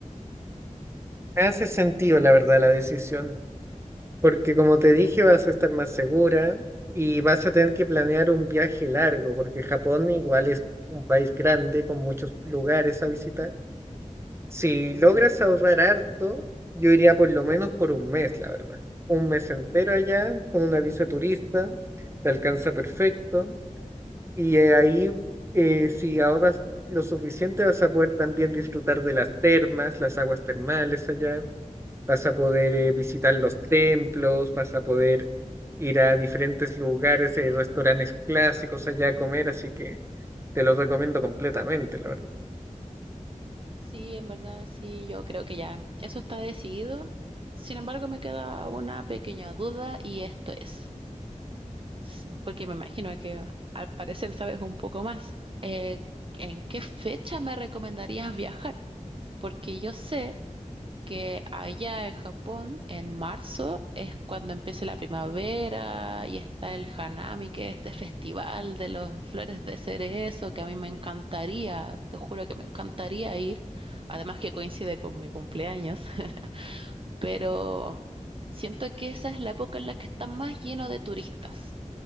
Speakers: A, on the right; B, on the right.
A: hace sentido, la verdad, la decisión. Porque como te dije, vas a estar más segura y vas a tener que planear un viaje largo, porque Japón igual es un país grande con muchos lugares a visitar. Si logras ahorrar harto, yo iría por lo menos por un mes, la verdad. Un mes entero allá con una visa turista, te alcanza perfecto. Y eh, ahí, eh, si ahorras lo suficiente, vas a poder también disfrutar de las termas, las aguas termales allá vas a poder eh, visitar los templos, vas a poder ir a diferentes lugares, eh, restaurantes clásicos allá a comer, así que te lo recomiendo completamente, la verdad.
B: Sí, en verdad, sí, yo creo que ya eso está decidido. Sin embargo, me queda una pequeña duda y esto es, s- porque me imagino que al parecer sabes un poco más. Eh, ¿en qué fecha me recomendarías viajar? Porque yo sé que allá en Japón, en marzo, es cuando empieza la primavera y está el Hanami, que es este festival de las flores de cerezo, que a mí me encantaría, te juro que me encantaría ir, además que coincide con mi cumpleaños, <laughs> pero siento que esa es la época en la que está más lleno de turistas.